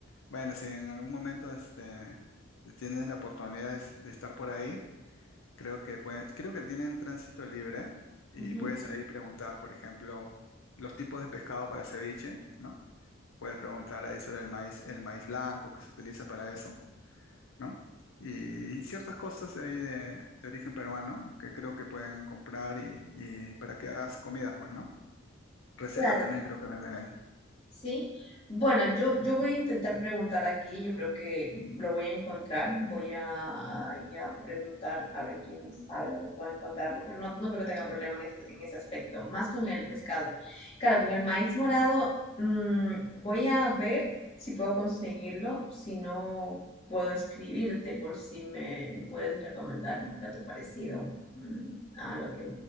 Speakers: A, on the left; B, on the left.
A: Bueno, si en algún momento este, tienes la oportunidad de, de estar por ahí, creo que puede- creo que tienen tránsito libre y
B: Ujú,
A: puedes ahí preguntar, por ejemplo, los tipos de pescado para ceviche, ¿no? Puedes preguntar ahí sobre el maíz, el maíz blanco que se utiliza para eso, ¿no? Y ciertas cosas de ahí de, de origen peruano que creo que pueden comprar y, y para que hagas comidas, pues, ¿no? Recetas
B: Claro,
A: también creo que venden ahí.
B: sí. Bueno, yo, yo voy a intentar preguntar aquí, yo creo que lo voy a encontrar, voy a, a ir a preguntar a ver quién sabe dónde pueda encontrarlo, pero no, no creo que tenga problema en ese, en ese aspecto, más con el pescado. Claro, con el maíz morado, mm, voy a ver si puedo conseguirlo, si no puedo escribirte por si me puedes recomendar un plato parecido, mm, a lo que,